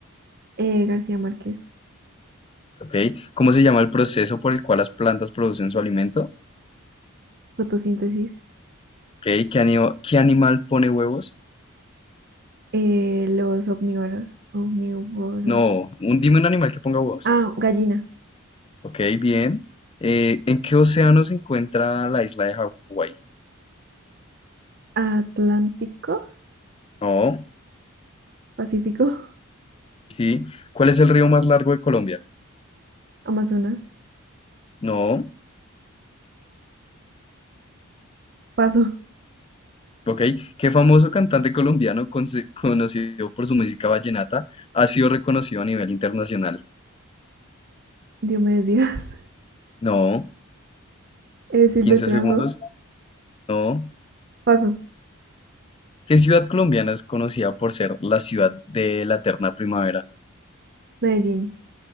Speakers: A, on the right; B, on the left.
A: eh, García Márquez.
B: ¿ok? ¿Cómo se llama el proceso por el cual las plantas producen su alimento?
A: Fotosíntesis.
B: ¿Ok? ¿Qué anima- qué animal pone huevos?
A: eh, los omnívoros. Omnívoros.
B: No, un, dime un animal que ponga huevos.
A: Ah, gallina.
B: ¿Ok? Bien. Eh, ¿en qué océano se encuentra la isla de Hawái?
A: Atlántico.
B: No.
A: Pacífico. <laughs>
B: ¿Sí? ¿Cuál es el río más largo de Colombia?
A: Amazonas.
B: No.
A: Paso.
B: ¿Ok? ¿Qué famoso cantante colombiano conce- conocido por su música vallenata ha sido reconocido a nivel internacional?
A: Diomedes Díaz. <laughs>
B: No.
A: eh, Silvestre
B: Quince segundos?
A: Ango.
B: No.
A: Paso.
B: ¿Qué ciudad colombiana es conocida por ser la ciudad de la eterna primavera?
A: Medellín.